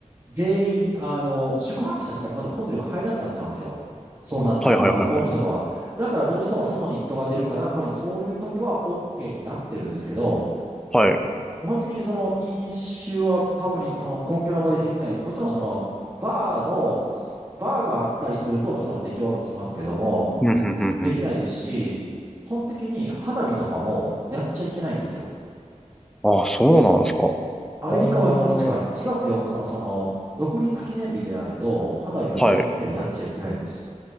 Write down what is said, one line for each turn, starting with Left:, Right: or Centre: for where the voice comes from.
Right: 全員、あの、宿泊者しかまずホテルが入らなくなっちゃうんですよ。そうなっちゃう。
Centre: はいはいはいはい。
Right: あの、大晦日は。だからどうしても外に人が出るから、多分そういう時は OK になってるんですけど、
Centre: はい。
Right: 基本的にその飲酒は多分その公共の場でできない。もちろんその、バーの、バーがあったりするともちろんできはしますけども、
Centre: うん、ふんふんふん。
Right: できないですし、基本的に花火とかもやっちゃいけないんですよ。
Centre: ああ、そうなんですか。
Right: アメリカは確か7月4日のその、
Centre: ああ、は
Right: 独立記念日でないと、花火は基本的にはやっちゃいけないんです。
Centre: い。